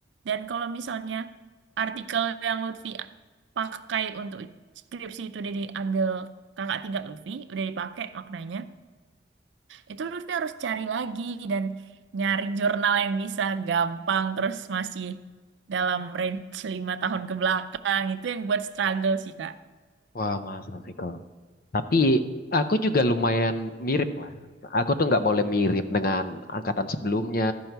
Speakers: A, on the right; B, on the left.
A: Dan kalau misalnya artikel yang Lutfi pakai untuk skripsi itu udah diambil kakak tingkat Lutfi, udah dipakai maknanya, itu Lutfi harus cari lagi dan nyari jurnal yang bisa gampang terus masih dalam range lima tahun ke belakang itu yang buat struggle sih Kak.
B: Wah masa sih kalau. Tapi aku juga lumayan mirip lah. Aku tuh nggak boleh mirip dengan angkatan sebelumnya,